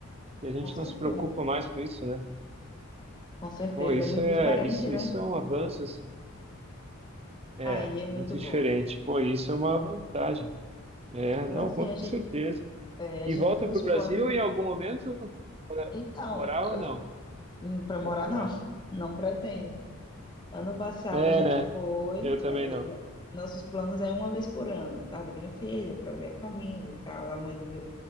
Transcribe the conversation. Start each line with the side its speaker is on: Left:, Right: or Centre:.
Right: E a gente
Left: com certeza,
Right: não se preocupa mais com isso, né?
Left: com certeza.
Right: Pô, isso
Left: É muito
Right: é,
Left: diferente,
Right: isso,
Left: né?
Right: isso é um avanço, assim. É,
Left: Aí é muito
Right: muito
Left: bom.
Right: diferente. Pô, isso é uma vantagem. É,
Left: Agora
Right: não,
Left: sim,
Right: com
Left: a gente,
Right: certeza.
Left: é, a
Right: E
Left: gente
Right: volta
Left: tem os
Right: para o
Left: planos.
Right: Brasil em algum momento para
Left: Então,
Right: morar
Left: eu
Right: ou não? O
Left: para
Right: que
Left: morar
Right: que tu
Left: não,
Right: acha?
Left: <laughs> não pretendo. Ano passado
Right: É,
Left: a gente
Right: né?
Left: foi,
Right: Eu também
Left: é,
Right: não.
Left: jo- nossos planos é uma vez por ano, por causa da minha filha, para ver a família e tal. A mãe do meu,